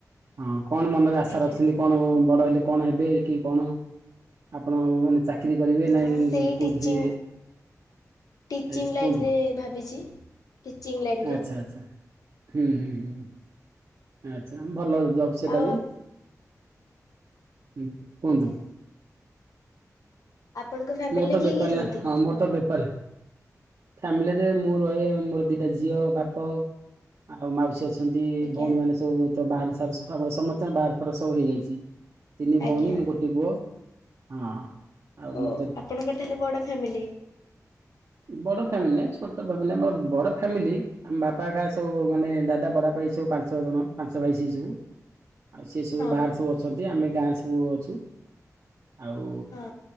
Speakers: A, on the right (about 55°); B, on the left (about 75°).
A: ହଁ କଣ ମନରେ ଆଶା
B: ଆଜ୍ଞା।
A: ରଖିସନ୍ତି? କଣ ବଡ ହେଲେ କଣ ହେବେ? କି କଣ? ଆପଣ ମାନେ ଚା କିରି କରିବେ
B: ହଁ
A: ନାଇଁ
B: ସେଇ ଟିଚିଂ
A: କୋଉଥିରେ
B: ଟିଚିଂ
A: ଆଜ୍ଞା
B: ଲାଇନ୍
A: କୁହନ୍ତୁ?
B: ରେ ଭାବିଚି। ଟିଚିଂ ଲାଇନ୍ ରେ।
A: ଆଚ୍ଛା ଆଚ୍ଛା ହୁଁ, ହୁଁ, ହୁଁ, ଆଚ୍ଛା ଭଲ ଜବ୍ ସେଟା
B: ଆଉ
A: ବି।
B: ଆପ-
A: ହୁଁ,
B: ଆଜ୍ଞା।
A: କୁହନ୍ତୁ।
B: ଆପଣଙ୍କ ଫ୍ୟାମିଲିରେ
A: ମୋର ତ
B: କିଏ
A: ବେପାର
B: କିଏ ରୁହନ୍ତି
A: ନା। ଆମର ତ ବେପାର ଫ୍ୟାମିଲି ରେ ମୁଁ ରହେ ମୋର ଦିଟା ଝିଅ ବାପ ଆଉ ମାଉସୀ ଅଛ ଛନ୍ତି
B: ଆଜ୍ଞା
A: ଭଉଣୀମାନେ ସବୁ ତ ବାହାର ସାରୁସ। ଆମର ସମସ୍ତଙ୍କ ବାହାର ଫାର ସବୁ ହେଇଯାଇଚି। ତିନି ଭଉଣୀ
B: ଆଜ୍ଞା।
A: ମୁଁ ଗୋଟେ ପୁଅ। ହଁ ଆଉ
B: ହଉ
A: ମୁଁ
B: ଆପଣଙ୍କର ତାହଲେ ବଡ ଫ୍ୟାମିଲି?
A: ହ <inaudible> ବଡ ଫ୍ୟାମିଲି ନାଇ ଛୋଟ ଫ୍ୟାମିଲି। ଆମର ବଡ ଫ୍ୟାମିଲି ଆମ ବାପା ଏକା ସବୁ ମାନେ ଦାଦା ବଡବାପା ଏଇ ସ ତ ପାଞ୍ଚ ଜଣ ପାଞ୍ଚ ଭାଇ ସିଏ ସବୁ। ଆଉ ସେ ସବୁ
B: ହଁ
A: ବାହାରେ ସବୁ ଅଛନ୍ତି ଆମେ ଗାଁରେ ସବୁ ଅଛୁ ଆଉ
B: ହଁ